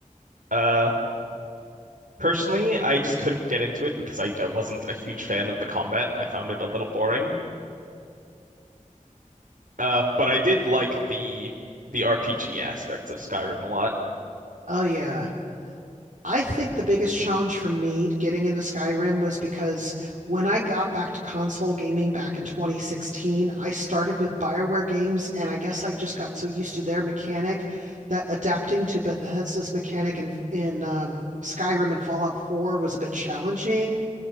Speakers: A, on the right (about 85°); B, on the right (about 70°).
A: Uh, personally, I just couldn't get into it because I, I wasn't a huge fan of the combat. I found it a little boring. Uh, but I did like the the RPG aspects of Skyrim a lot.
B: Oh yeah. I think the biggest challenge for me getting into Skyrim was because when I got back to console gaming back in 2016, I started with BioWare games, and I guess I just got so used to their mechanic that adapting to Bethesda's mechanic in in um, Skyrim and Fallout 4 was a bit challenging